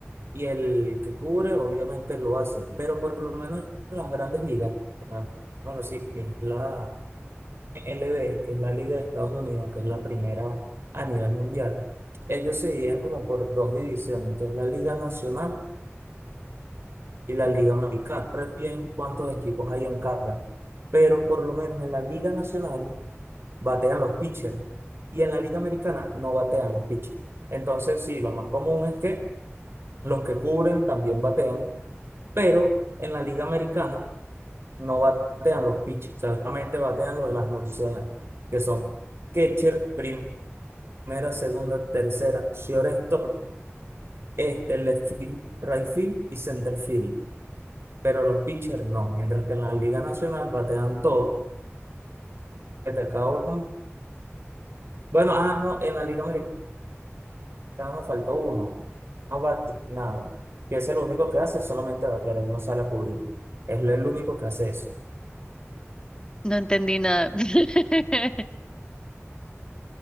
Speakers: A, on the right; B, on the left.
A: y el que cubre obviamente lo hace, pero por lo menos en las grandes ligas, bueno, sí, que es la LB, que es la Liga de Estados Unidos, que es la primera a nivel mundial, ellos se dividían como por dos divisiones, entonces la Liga Nacional y la Liga Americana. No recuerdo bien cuántos equipos hay en cada, pero por lo menos en la Liga Nacional batean los pitchers y en la Liga Americana no batean los pitchers. Entonces, sí, lo más común es que los que cubren también batean pero en la Liga Americana no batean los pitchers, o sea, solamente batean lo de las nociones, que son catcher, primera, segunda, tercera, shortstop, este, left field, right field y center field. Pero los pitchers no, mientras que en la Liga Nacional batean todos, que te acabo Bueno, ah, no, en la Liga Americana nos faltó uno, no bate nada que es el único que hace solamente batear, él no sale a cubrir. Es el único que hace eso.
B: No entendí nada. <laughs>